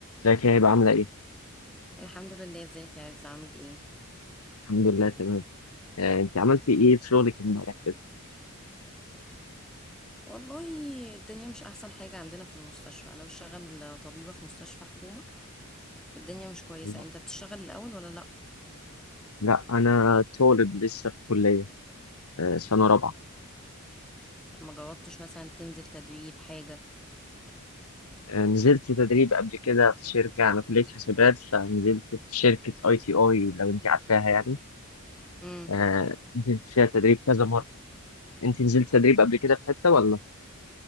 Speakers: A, on the left (about 80°); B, in the centre.
A: ازيك يا هبة عاملة ايه؟
B: الحمد لله ازيك يا عز عامل ايه
A: الحمد لله تمام آه، انت عملتي ايه في شغلك امبارح كده؟
B: والله الدنيا مش احسن حاجة عندنا في المستشفى انا بشتغل طبيبة في مستشفى حكومة الدنيا مش كويسة
A: أيوة.
B: انت بتشتغل الاول ولا لا
A: لا انا طالب لسه في كلية آه، سنة رابعة
B: طب ما جربتش مثلا تنزل تدريب حاجة
A: آه، نزلت تدريب قبل كده في شركة أنا كلية حاسبات فنزلت في شركة اي تي اي لو انت عارفاها يعني
B: امم
A: آه، نزلت فيها تدريب كذا مرة انت نزلت تدريب قبل كده في حتة ولا؟